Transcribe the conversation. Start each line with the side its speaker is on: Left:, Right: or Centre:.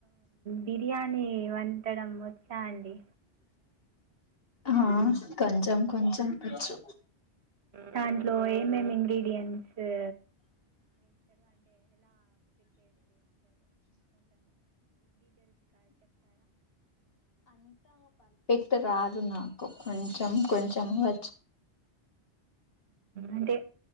Right: బిర్యానీ వంటడం వచ్చా అండి.
Left: హ కొంచెం కొంచెం వచ్చు
Right: దాంట్లో ఏమేమి ఇంగ్రిడియంట్స్ <inaudible>
Left: టే రాదు నాకు కొంచెం కొంచెం వచ్
Right: ఉంటే